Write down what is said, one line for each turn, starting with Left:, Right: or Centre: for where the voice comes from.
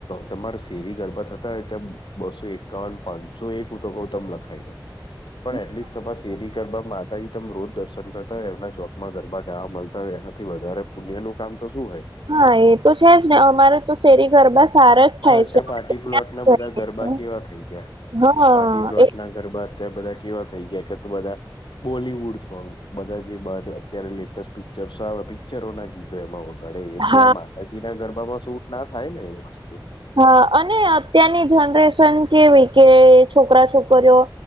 Left: તમારા શેરી ગરબા થતા હોય ત્યા બસો એકાન પાંચસો એક હું તો કઉ તમે લખાઈ દો
Right: <unintelligible>
Left: એટલીસ્ટ તમાર શેરી કરવામાં આવે માતાજી તમ રોજ દર્શન કરતા હોય એમના ચોકમાં ગરબા ગાવા મળતા હોય એનાથી વધારે પુણ્યા નું કામ તો શું હોય
Right: હા એ તો છે જ ને અમારે તો શેરી ગરબા સારા જ થાય
Left: આ અત્યારે
Right: છે
Left: પાર્ટી પ્લોટ ના
Right: ત્યાં
Left: બધા ગરબા કેવા થઈ ગયા
Right: હા
Left: પાર્ટી પ્લોટ
Right: એક
Left: ના ગરબા ત્યા બધા કેવા થઈ ગયા કે તો બધા બોલીવુડ સોંગ બધા જે અત્યારે લેટેસ્ટ પિક્ચર આવે પિક્ચરો ના ગીતો એમાં વગાડે એ
Right: હા.
Left: ત્યાં માતાજી ના ગરબામાં શૂટ ના થાય ને એ વસ્તુ
Right: હા અને અત્યારની જનરેશન કેવી કે છોકરા છોકરીઓ